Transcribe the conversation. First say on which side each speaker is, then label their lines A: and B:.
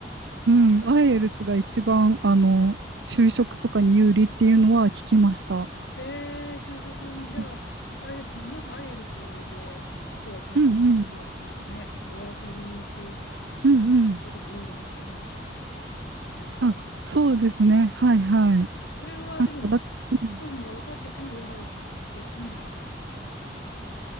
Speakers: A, on the right; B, on the left.
A: うん、IELTS が一番、あの、就職とかに有利っていうのは聞きました。
B: へえ、就職に、じゃあ、
A: うん
B: あれですね、もし IELTS でそのスコア取ってとか、
A: うん、
B: そのね、そのワーホリで仕事の時も有利になったかもしれないってことですかね、
A: うんうん。
B: じゃあ。
A: あ、そうですね。はいはい。
B: それはでも、
A: だ、うん
B: そういうのが分かっててもやろうっていう気にはならなかったって感じですか